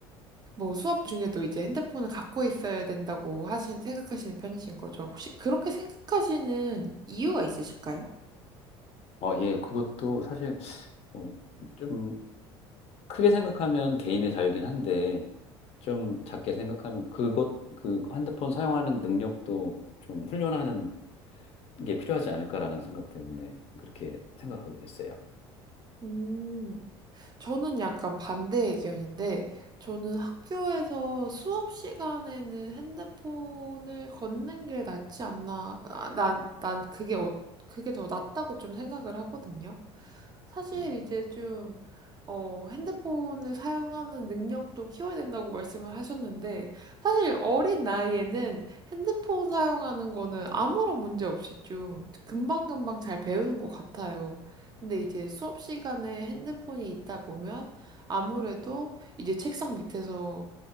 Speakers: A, on the right; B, on the left.
A: 뭐 수업 중에도 이제 핸드폰을 갖고 있어야 된다고 하신, 생각하시는 편이신 거죠? 혹시 그렇게 생각하시는 이유가 있으실까요?
B: 어, 예, 그것도 사실, 어, 좀, 크게 생각하면 개인의 자유긴 한데, 좀 작게 생각하면 그것, 그 핸드폰 사용하는 능력도 좀 훈련하는 게 필요하지 않을까라는 생각 때문에 그렇게 생각하게 됐어요.
A: 음. 저는 약간 반대 의견인데, 저는 학교에서 수업 시간에는 핸드폰을 걷는 게 낫지 않나, 아, 난, 난 그게, 어, 그게 더 낫다고 좀 생각을 하거든요. 사실
B: 음,
A: 이제 좀, 어, 핸드폰을 사용하는 능력도 키워야 된다고 말씀을 하셨는데, 사실 어린 나이에는 핸드폰 사용하는 거는 아무런 문제 없이 좀 금방금방 잘 배우는 것 같아요. 근데 이제 수업 시간에 핸드폰이 있다 보면 아무래도 이제 책상 밑에서